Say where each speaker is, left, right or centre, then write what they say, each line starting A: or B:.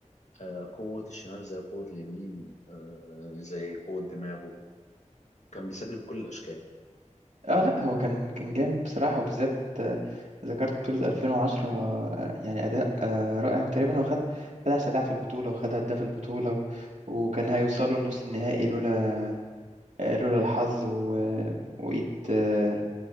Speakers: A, on the left; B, on the right.
A: آه، قوة الشمال زي قوة اليمين آه، زي قوة دماغه كان بيسجل بكل الاشكال
B: آه لأ هو كان كان جامد بصراحة وبالذات آه، ذكرت بطولة 2010 آه، يعني أداء آه، رائع وتقريبا هو خد خد أحسن لاعب في البطولة وخد هداف البطولة و... وكان هيوصلوا لنص النهائي لولا آه، لولا الحظ و... آه، وإيد آه،